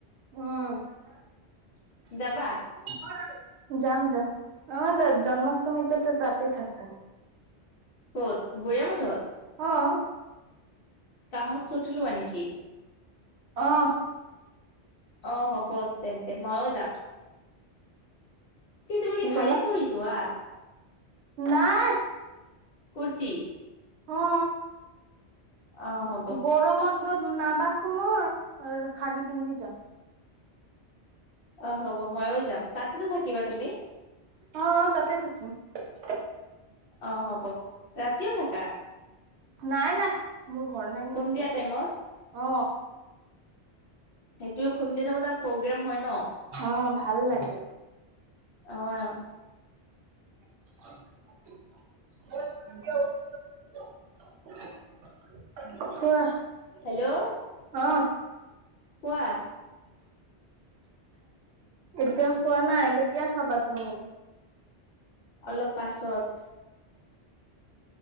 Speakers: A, on the right; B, on the left.
A: উম
B: যাবা
A: যাম যাম। অহঁ, জন্মাষ্টমিতো তাঁতে থাকোঁ।
B: কত গোয়ামঠ হত।
A: অ',
B: কামত চুটি লোৱা এনেকেই।
A: অ',
B: অ হ'ব তেন্তে ময়ো যাম। কিন্তু তুমি
A: কি ক'লা?
B: শাৰি পিন্ধি যোৱা।
A: নাই।
B: কুৰ্তি
A: অ
B: অ হ'ব
A: গৰমত। মই নাবাচো মই আৰু খাৰী পিন্ধি যাম।
B: অ হ'ব ময়ো যাম। তাতেতো থাকিবা তুমি?
A: অ তাতে <unintelligible>
B: অ হ'ব ৰাতিও থাকা।
A: নাই নাই মোৰ ঘৰ নাই
B: খুন্দিয়া
A: নেকি।
B: টাইমত
A: অ।
B: সেইটো খুন্দ থাম তটা প্ৰগ্ৰেম হয় ন।
A: অ ভাল লাগে।
B: অহ অ।
A: <unintelligible> কোৱা
B: হেল্ল'
A: অ।
B: কোৱা।
A: এতিয়া খোৱা নাই কেতিয়া খাবা? উম।
B: অলপ পাছত।